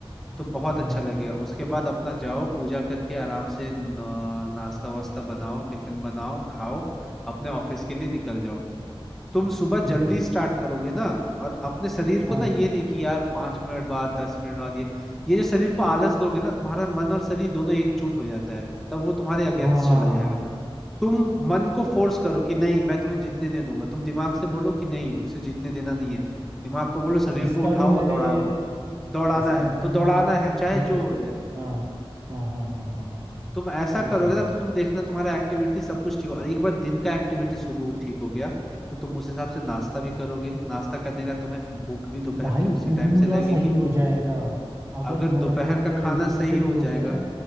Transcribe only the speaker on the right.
हाँ
ठीक
है
हाँ
हाँ
इसका
भी मैंने
एक
इसका
भी
मैंने
एक
ट्रिक
हाँ हाँ हाँ हाँ हाँ हाँ हाँ,
सही
कह रहे
हो
भाई
पूरा
सही हो जाएगा अगर
मॉर्निंग
का
रूटीन
सही
हो
गया ना